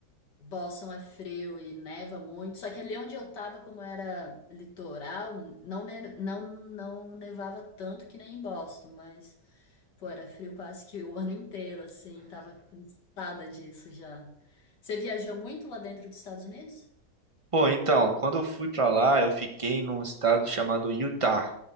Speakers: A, on the left (about 80°); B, on the right (about 20°).
A: Boston é frio e neva muito, só que ali onde eu tava, como era litoral, não, ne- não, não nevava tanto que nem em Boston, mas, pô, era frio quase que o ano inteiro, assim, tava cansada disso já. Você viajou muito lá dentro dos Estados Unidos?
B: Pô, então, quando eu fui pra lá, eu fiquei num estado chamado Utah.